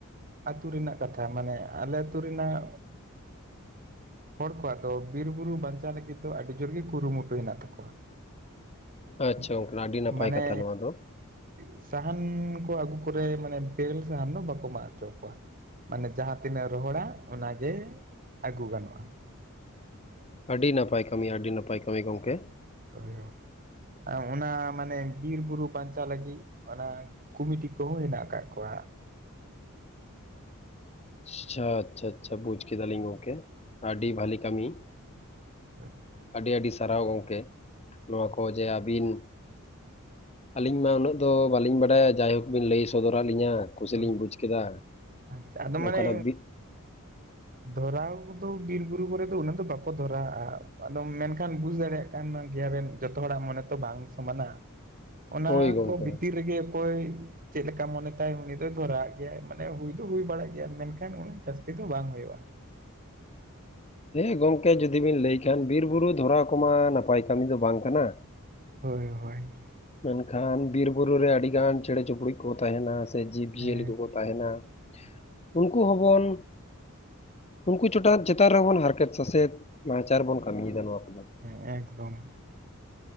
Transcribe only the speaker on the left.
ᱟᱪᱪᱷᱟ ᱜᱚᱝᱠᱮ ᱟᱹᱰᱤ ᱱᱟᱯᱟᱭ
ᱠᱟᱛᱷᱟ ᱱᱚᱣᱟ ᱫᱚ᱾
ᱟᱹᱰᱤ ᱱᱟᱯᱟᱭ ᱠᱟᱹᱢᱤ ᱟᱹᱰᱤ ᱱᱟᱯᱟᱭ᱾ ᱠᱟᱹᱢᱤ
ᱜᱚᱝᱠᱮ᱾
ᱟᱪᱪᱷᱟ ᱟᱪᱪᱷᱟ ᱟᱪᱪᱷᱟ ᱵᱩᱡᱽ ᱠᱮᱫᱟᱞᱤᱧ ᱜᱚᱝᱠᱮ ᱟᱹᱰᱤ ᱵᱷᱟᱞᱤ ᱠᱟᱹᱢᱤ᱾
ᱟᱹᱰᱤ ᱟᱹᱰᱤ ᱥᱟᱨᱦᱟᱣ ᱜᱚᱢᱠᱮ ᱱᱚᱣᱟ ᱠᱚ ᱡᱮ ᱟᱹᱵᱤᱱ ᱟᱹᱞᱤᱧ ᱢᱟ ᱩᱱᱟᱹᱜ ᱫᱚ ᱵᱟᱹᱞᱤᱧ ᱵᱟᱰᱟᱭᱟ ᱡᱟᱭ ᱦᱳᱠ ᱵᱤᱱ ᱞᱟᱹᱭ ᱥᱚᱫᱚᱨᱟᱫ ᱞᱤᱧᱟᱹ᱾ ᱠᱩᱥᱤ
ᱞᱤᱧ ᱵᱩᱡ ᱠᱮᱫᱟ
ᱱᱚᱝᱠᱟᱱᱟᱜ ᱵᱤ
ᱦᱳᱭ ᱜᱚᱢᱠᱮ
ᱦᱮᱸ, ᱜᱚᱢᱠᱮ ᱡᱩᱫᱤ ᱵᱤᱱ ᱞᱟᱹᱭ ᱠᱷᱟᱱ ᱵᱤᱨ ᱵᱩᱨᱩ ᱫᱷᱚᱨᱟᱣ ᱠᱚᱢᱟ ᱱᱟᱯᱟᱭ ᱠᱟᱹᱢᱤ ᱫᱚ ᱵᱟᱝ ᱠᱟᱱᱟ᱾
ᱢᱮᱱᱠᱷᱟᱱ ᱵᱤᱨ ᱵᱩᱨᱩ ᱨᱮ ᱟᱹᱰᱤ ᱜᱟᱱ ᱪᱮᱸᱬᱮ ᱪᱩᱯᱩᱲᱩᱪ ᱠᱚ ᱛᱟᱦᱮᱸᱱᱟ ᱾ ᱥᱮ ᱡᱤᱵᱽᱼᱡᱤᱭᱟᱹᱞᱤ
ᱠᱚᱠᱚ ᱛᱟᱦᱮᱸᱱᱟ ᱩᱱᱠᱩ ᱦᱚᱸᱵᱚᱱ ᱩᱱᱠᱩ ᱪᱚᱴᱟᱛ ᱪᱮᱛᱟᱱ ᱨᱮᱵᱚᱱ ᱦᱟᱨᱠᱮᱛ ᱥᱟᱥᱮᱛ ᱱᱟᱦᱟ ᱪᱟᱨ ᱵᱚᱱ ᱠᱟᱹᱢᱤᱭᱮᱫᱟ ᱱᱚᱣᱟ ᱠᱚᱫᱚ᱾